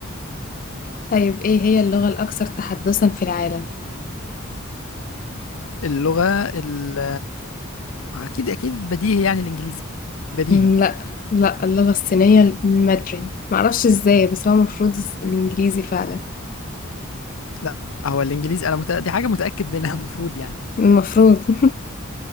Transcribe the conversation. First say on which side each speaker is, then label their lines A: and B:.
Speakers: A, on the left; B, on the left.
A: طيب ايه هي اللغة الأكثر تحدثا في العالم؟
B: اللغه ال اكيد اكيد بديهي يعني الانجليزي بديهي
A: مم، لا لا اللغة الصينية المادرين معرفش ازاي بس هو المفروض الس- الإنجليزي فعلا
B: لا هو الانجليزي انا مت... دي حاجه متاكد منها <laughs> المفروض يعني
A: المفروض <laughs>